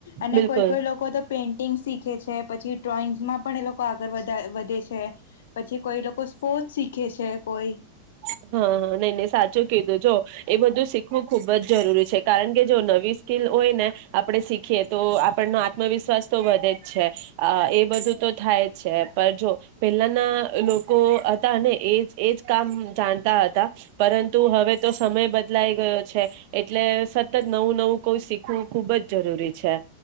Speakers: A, on the left; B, on the right.
A: અને
B: બિલકુલ
A: કોઈ કોઈ લોકો તો પેઇન્ટિંગ શીખે છે, પછી ડ્રોઈંગસમાં પણ એ લોકો આગ આગળ વધા વધે છે. પછી કોઈ લોકો સ્પોર્ટ્સ શીખે છ છે કોઈ
B: હહ હહ નહીં નહીં સાચું કીધું જો એ બધું શીખવું ખૂબ બજ જરૂરી છે કારણ કે જો નવી સ્કીલ હોય ને આપણે શીખીએ તો આપણનો આત્મવિશ્વાસ તો વધે જ છે. અ એ બધું તો થાય છે પણ જો પહેલાના લોકો હતા ને એજ એજ કામ જાનતા હત તા પરંતુ હવે તો સમય બદલાઈ ગયો છે. એટલે સતત નવું નવું કોઈ શીખવું ખુબ જ જરૂરી છે.